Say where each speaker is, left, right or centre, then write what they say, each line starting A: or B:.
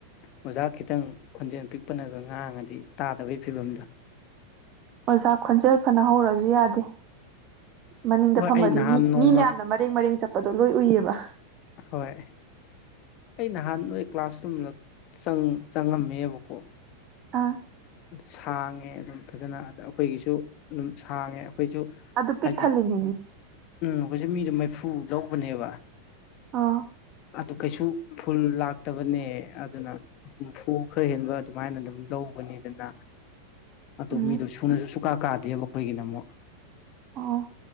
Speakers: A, on the left (about 40°); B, on the right (about 35°).
A: ꯑꯣꯖꯥ ꯈꯤꯇꯪ ꯈꯣꯟꯖꯦꯜ ꯄꯤꯛꯄꯅꯒ ꯉꯥꯡꯉꯗꯤ ꯇꯥꯗꯕꯒꯤ ꯐꯤꯕꯝꯗꯣ
B: ꯑꯣꯖꯥ ꯈꯣꯟꯖꯦꯜ ꯐꯅ ꯍꯧꯔꯁꯨ ꯌꯥꯗꯦ ꯃꯅꯤꯡꯗ
A: ꯍꯣꯏ
B: ꯐꯝꯃꯗꯤ
A: ꯑꯩ ꯅꯍꯥꯟ
B: ꯃꯤ
A: ꯅꯣꯡꯃ
B: ꯃꯤ ꯃꯌꯥꯝꯅ ꯃꯔꯦꯡ ꯃꯔꯦꯡ ꯆꯠꯄꯗꯣ ꯂꯣꯏ ꯎꯏꯑꯕ
A: ꯍꯣꯏ ꯑꯩ ꯅꯍꯥꯟ ꯅꯣꯏ ꯀ꯭ꯂꯥꯁꯔꯨꯝꯗ ꯆꯪꯉꯝꯃꯦꯕꯀꯣ
B: ꯑ
A: ꯁꯥꯡꯉꯦ ꯑꯗꯨꯝ ꯐꯖꯅ ꯑꯗ ꯑꯩꯈꯣꯏꯒꯤꯁꯨ ꯑꯗꯨꯝ ꯁꯥꯡꯉꯦ ꯑꯩꯈꯣꯏꯁꯨ
B: ꯑꯗꯨ ꯄꯤꯛ
A: ꯍꯥꯏꯗꯤ
B: ꯊꯜꯗꯦꯅꯤ
A: ꯎꯝ ꯑꯩꯈꯣꯏꯁꯦ ꯃꯤꯗ ꯃꯩꯐꯨ ꯂꯧꯕꯅꯦꯕ
B: ꯑꯥ
A: ꯑꯗꯨ ꯀꯩꯁꯨ ꯐꯨꯜ ꯂꯥꯛꯇꯕꯅꯦ ꯑꯗꯨꯅ ꯍꯨꯝꯐꯨ ꯈꯔ ꯍꯦꯟꯕ ꯑꯗꯨꯃꯥꯏꯅ ꯑꯗꯨꯝ ꯂꯧꯕꯅꯤ ꯑꯗꯨꯅ ꯑꯗꯨ
B: ꯎꯝ
A: ꯃꯤꯗꯣ ꯁꯨꯅꯁꯨ ꯁꯨꯀꯥ ꯀꯥꯗꯦꯕ ꯑꯩꯈꯣꯏꯒꯤꯅ ꯑꯃꯨꯛ
B: ꯑꯣ